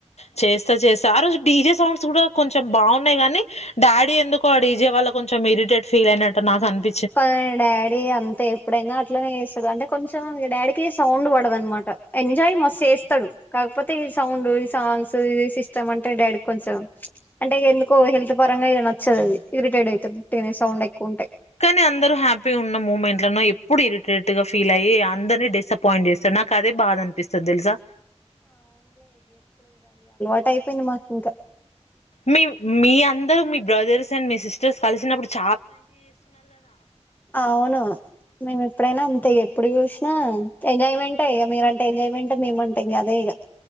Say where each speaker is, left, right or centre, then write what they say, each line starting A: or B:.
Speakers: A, on the left (about 65°); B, on the left (about 15°).
A: చేసు చేస్తా చేస్తా ఆ రోజు డీజే సాంగ్స్ కూడా కొంచెం బాగున్నాయి కాని డాడీ ఎందుకో ఆ డీజే వాళ్ళ కొంచెం ఇరిటేట్ ఫీలైనట్టు నాకు అనుపి
B: కొందరి డాడీ అంతే ఎప్పుడైనా అట్లనే చేస్తాడు అంటే కొంచెం ఇగ డాడీ కి సౌండ్ పడదన్నమాట ఎంజాయ్ మస్తు చేస్తాడు కాకపోతే ఈ సౌండ్ ఈ సాంగ్స్ నువ్ ఇది సిస్టమ్ అంటే డాడీ కొంచెం అంటే ఎందుకో హెల్త్ పరంగా ఇగ నచ్చదు అది ఇరిటేట్ ఐతాడు ఒట్టిగనే సౌండ్ ఎక్కువ ఉంటే
A: కానీ అందరూ హ్యాపీగా ఉన్న మూమెంట్లను ఎప్ ఎప్పుడు ఇరిటేట్ గా ఫీల్ అయ్యి అందరినీ డిసప్పయింట్ చేస్తారు నాకు అదే బాధ అనిపిస్తది తెలుసా
B: ఆట్ అయిపోయింది మాక్ ఇంకా
A: మీవు మీ అందరూ మీ బ్రదర్స్ అండ్ మీ సిస్టర్స్ కలిసినప్పుడు చెప్
B: అవును మేము ఎప్పుడైనా అంతే ఎప్పుడు చూస్ న ఎంజాయ్మెంటే ఇగ మీరంటే ఎంజాయ్మెంట్ మేముమంటె అదే ఇగ